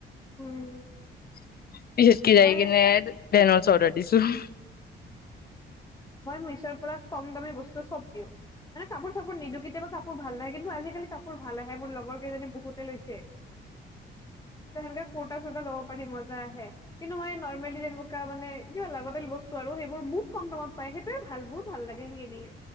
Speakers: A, on the left (about 20°); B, on the left (about 50°).
A: উম,
B: পিছত কে যায়
A: মই
B: কিনে বেন <unintelligible> চৌধ অৰ্ডাৰ দিছো <unintelligible>
A: মই মিশ্ব'ৰ পৰা কম দামী বস্তু চব দিও মানে কাপোৰ চাপোৰ নিদিওঁ কেতিয়াবা কাপোৰ ভাল নাহে, কিন্তু আজিকালি কাপোৰ ভাল আহে মোৰ লগৰ লগৰ কেইজনী বহুতে লৈছে তই হেনেকে কুৰ্তা চোৰ্তা ল'ব কাপোৰ কানি মজা আহে, কিন্তু মই এই নৰ্মেলি যেনেকুৱা মানে কিবা লাগতিয়াল বস্তু আৰু বহুত কম দামত পাই সেইটোয়ে ভাল বহুত ভাল লাগে সেইখিনি,